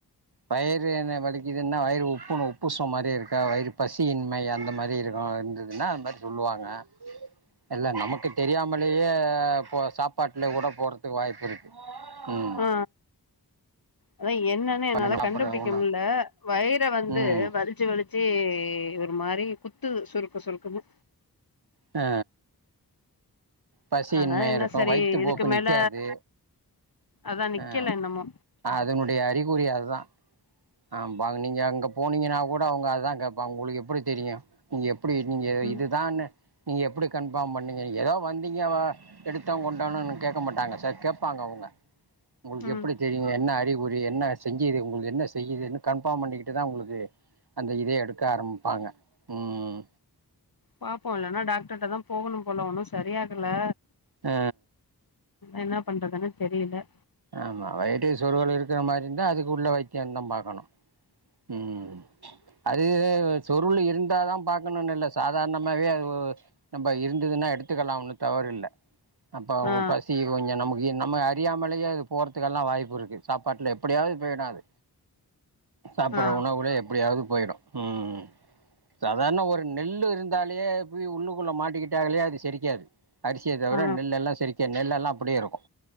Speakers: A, on the right (about 80°); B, on the left (about 65°).
A: வயிறு என்ன வலிக்குதுன்னா வயிறு உப்பனு உப்புசம் மாரி இருக்கா வயிறு பசியின்மை அந்த மாரி இருக்கு வந்து ன அது மாரி சொல்லுவாங்க இல்ல நமக்கு தெரியாமலேயே போ சாப்பாட்ல கூட போறதுக்கு வாய்ப்பு இருக்கு ம்
B: ஆ அதா என்னன்னே என்னால
A: கொஞ்சம் சாப்பிட்ற
B: கண்டுபுடிக்க
A: ஒன்று
B: முட்ல வயிற வந்து
A: ம்
B: வலி வலிச்சி வலிச்சி ஒரு மாரி குத்து சுருக்கு சுருக்குனு
A: ஆ பசியின்மை
B: அதா என்ன
A: இருக்கும்
B: சரி
A: வயிற்றுப்போக்கு
B: இதுக்கு
A: நிற்காது
B: மேல அதா நிக்கல
A: ஆ
B: இன்னமு
A: அதனுடைய அறிகுறி அது தா ஆ பாங்க நீங்க அங்க போனீங்கன்னா கூட அவுங்க அதா கேட்பாங்க உங்களுக்கு எப்புடி தெரியு நீங்க எப்டி நீங்க
B: ம்
A: இதுதான்னு நீங்க எப்டி கன்ஃபார்ம் பண்ணீங்க நீங்க ஏதோ வந்தீங்க வ எடுத்தோ கொண்டோம்னு கேட்க மாட்டாங்க சார் கேட்பாங்க அவுங்க உங்களுக்கு
B: ம்
A: எப்புடி தெரியு என்ன அறிகுறி என்ன செஞ்சிது உங்களுக்கு என்ன செ இதுன்னு கன்ஃபார்ம் பண்ணிக்கிட்டு தா உங்களுக்கு அந்த இதயே எடுக்க ஆரம்பிப்பாங்க ம்
B: பாப்போ இல்லனா டாக்டர்ட்ட தா போகணு போல ஒன்னு சரியாகல
A: ஆ
B: என்ன பண்றதுன்னு தெரியல
A: ஆமா வயிறு சொருனு இருக்கிற மாதிரி இருந்தா அதுக்குள்ள வைத்தியம்தா பாக்கணு ம் அது சொருள் இருந்தாதா பாக்கணும்னு இல்ல சாதாரணமாவே அது நம்ப இருந்துதுனா எடுத்துக்கலா ஒன்னு தவறில்ல அப்ப
B: ஆ
A: பசி கொஞ்சோ நமக்கு நம்ம அறியாமலே அது போறதுக்கெல்லா வாய்ப்பிருக்கு சாப்பாட்டுல எப்டியாவது போயிடு அது சாப்பிடுற
B: ஆ
A: உணவுலே எப்டியாவது போயிடு ம் சாதாரண ஒரு நெல்லு இருந்தாலே போய் உள்ளுக்குள்ள மாட்டிக்கிட்டு அது செரிக்காது அரிசிய தவிர
B: ஆ
A: நெல் எல்லா செரிக்காது நெல் எல்லா அப்டியே இருக்கு